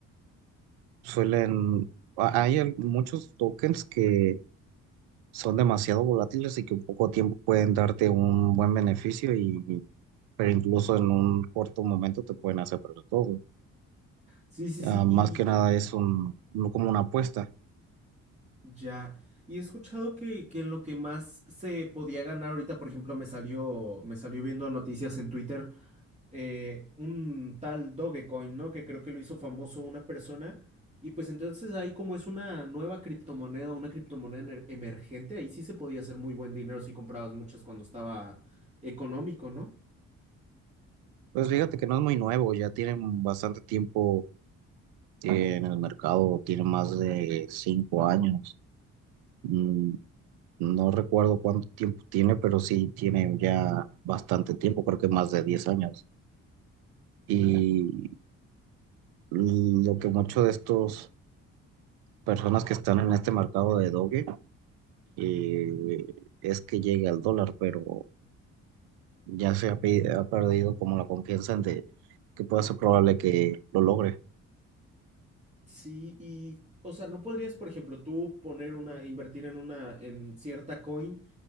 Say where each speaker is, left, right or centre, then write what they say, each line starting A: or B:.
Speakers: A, on the right; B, on the right.
A: suelen, a- hay al- muchos tokens que son demasiado volátiles y que en poco tiempo pueden darte un buen beneficio y pero incluso en un corto momento te pueden hacer perder todo.
B: Sí, sí, sí,
A: Ah,
B: y
A: más que nada es un, no como una apuesta.
B: ya. Y he escuchado que, que en lo que más se podía ganar ahorita, por ejemplo, me salió, me salió viendo noticias en Twitter eh, un tal Dogecoin, ¿no? Que creo que lo hizo famoso una persona. Y pues entonces ahí como es una nueva criptomoneda, una criptomoneda emer- emergente, ahí sí se podía hacer muy buen dinero si comprabas muchas cuando estaba económico, ¿no?
A: Pues fíjate que no es muy nuevo, ya tienen bastante tiempo eh, en el mercado, tiene más de cinco años. Mm, no recuerdo cuánto tiempo tiene, pero sí tiene ya bastante tiempo, creo que más de diez años. Y
B: Y
A: lo que muchos de estos personas que están en este mercado de doge eh, es que llegue al dólar, pero ya se ha, pe- ha perdido como la confianza en de que pueda ser probable que lo logre.
B: sí, y o sea, no podrías, por ejemplo, tú poner una, invertir en una, en cierta coin